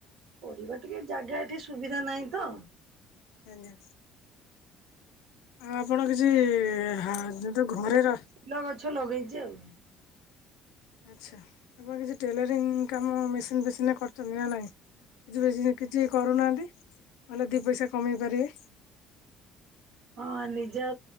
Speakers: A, on the right (about 70°); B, on the left (about 80°).
A: ପରିବା ଟିକେ ଜାଗା ଏଠି ସୁବିଧା ନାହିଁ ତ
B: ଆଜ୍ଞା। ଆଉ ଆପଣ କିଛି ହା ଯୋଉ ଘରେ ର
A: ଫୁଲ ଗଛ ଲଗେଇଛି ଆଉ।
B: ଆଚ୍ଛା ଆପଣ କିଛି ଟେଲରିଂ କାମ ମେସିନ୍ ଫେସିନ୍ ରେ କରୁଛନ୍ତି ନା ନାଇଁ? <unintelligible> କିଛି କରୁନାହାନ୍ତି ନହେଲେ ଦି ପଇସା କମେଇ ପାରିବେ।
A: ହଁ ନିଜ